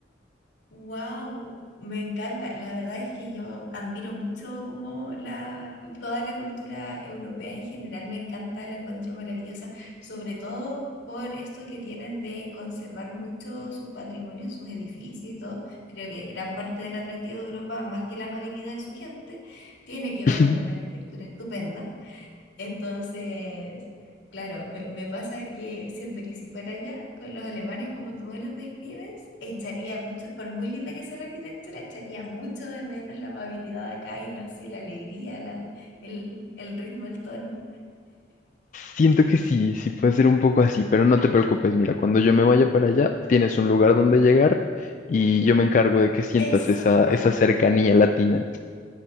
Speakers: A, on the left; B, on the left.
A: wow, me encanta. La verdad es que yo admiro mucho como la, toda la cultura europea en general, me encanta, la encuentro maravillosa, sobre todo por esto que tienen de conservar mucho sus patrimonios, sus edificios y todo. Creo que gran parte del atractivo de Europa, más que la amabilidad de su gente, tiene que
B: <laughs>
A: ver con una arquitectura estupenda Entonces, claro, me, me pasa que siento que si fuera allá con los alemanes como tú me los describes, echaría mucho, por muy linda que sea la arquitectura, echaría mucho de menos la amabilidad acá y la, sí, la alegría, la, el, el ritmo, el tono.
B: Siento que sí, sí puede ser un poco así, pero no te preocupes, mira, cuando yo me vaya para allá, tienes un lugar donde llegar y yo me encargo de que sientas
A: Eso,
B: esa,
A: fantástico.
B: esa cercanía latina.